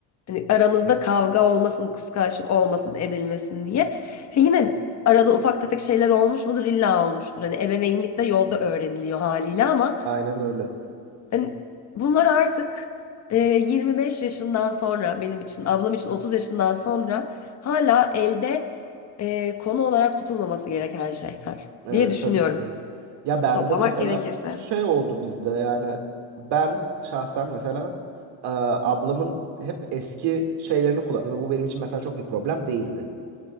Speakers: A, on the left; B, on the right.
A: Hani aramızda kavga olmasın, kıskançlık olmasın, edilmesin diye. Ha, yine arada ufak tefek şeyler olmuş mudur? İlla olmuştur. Hani ebeveynlik de yolda öğreniliyor haliyle ama
B: Aynen öyle.
A: hani bunlar artık e, 25 yaşından sonra benim için, ablam için 30 yaşından sonra hala elde e, konu olarak tutulmaması gereken şeyler
B: Evet
A: diye düşünüyorum.
B: tabii ki de. Ya bende
A: Toplamak
B: mesela
A: gerekirse.
B: şey oldu bizde yani ben şahsen mesela e, ablamın hep eski şeylerini kullandım ve bu benim için mesela çok bir problem değildi.